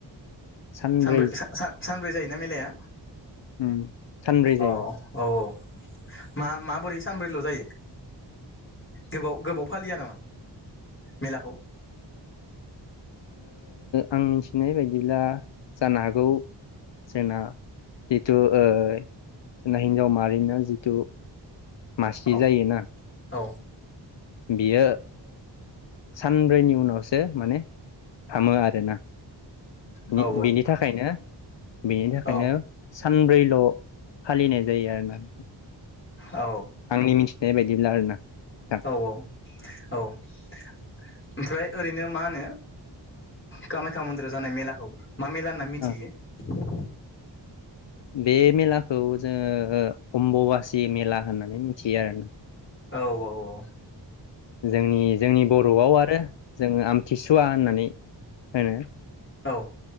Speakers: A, on the left; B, on the left.
A: सानब्रै
B: <unintelligible> ब्रै जायोना मेलाया
A: उ सानब्रै
B: औ
A: जायो
B: औ औ मा माबोरै सानब्रैल' जायो गोबाव गोबाव फालिया नामा मेलाखौ
A: आं मिथिनाय बायदिब्ला जानो हागौ जोंना जिथु जोंना हिनजाव माहारिनो जिथु मासलि
B: औ
A: जायोना
B: औ
A: बियो सानब्रैनि उनावसो माने हामो आरोना
B: औ
A: बिनि
B: औ
A: थाखायनो बेनि थाखायनो
B: औ
A: सानब्रैल' फालिनाय जायो आरो ना
B: औ
A: आंनि मिथिनाय बायदिब्ला आरोना नोंथां
B: औ औ औ ओमफ्राय ओरैनो मा होनो कामाख्या मन्दिराव जानाय मेलाखौ मा मेला होनना मिथियो
A: औ बे मेलाखौ जोङो अम्बबासि मेला होननानै मिथियो आरोना
B: औ औ औ
A: जोंनि जोंनि बर'आव आरो जोङो आमथिसुवा होननानै होनो
B: औ